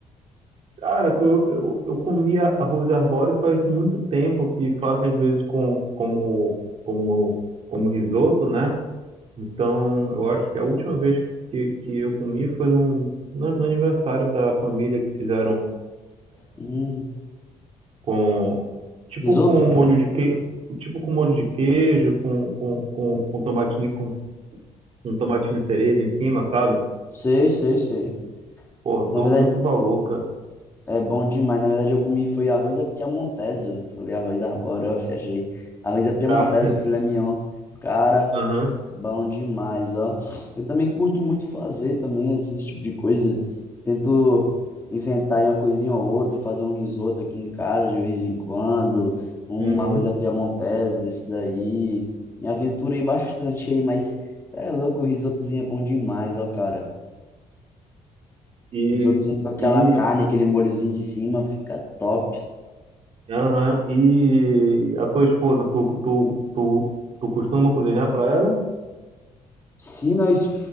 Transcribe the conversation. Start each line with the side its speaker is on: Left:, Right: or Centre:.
Right: Cara, que eu, eu, eu comia arroz arbóreo faz muito tempo que fazem às vezes com, como, como, como risoto, né? Então, eu acho que a última vez que, que, que eu comi foi no, no, no aniversário da família que fizeram
Left: Hum,
Right: com tipo
Left: risoto?
Right: com molho de queijo, tipo com molho de queijo, com com, com, com tomatinho com, com tomatinho cereja em cima, sabe?
Left: Sei, sei, sei.
Right: Pô, dou
Left: Na verdade,
Right: muito valor, cara.
Left: É bom demais. Na verdade, eu comi foi arroz à piamontese. Eu falei arroz arbóreo, <laughs> eu viajei. Arroz à piamontese,
Right: Pra...
Left: filé mignon. Cara,
Right: <laughs> Aham.
Left: bom demais, ó. Eu também curto muito fazer também assim, esse tipo de coisa. Tento inventar aí uma coisinha ou outra, fazer um risoto aqui em casa de vez em quando, um
Right: uhum.
Left: arroz à piamontese desse daí. Me aventurei bastante aí, mas tá é louco, o risotozinho é bom demais, ó, cara.
Right: E
Left: Risotozinho com aquela
Right: e
Left: carne, aquele molhozinho em cima, fica top.
Right: aham. E a tua esposa, tu tu tu tu costuma cozinhar pra ela?
Left: Se nós.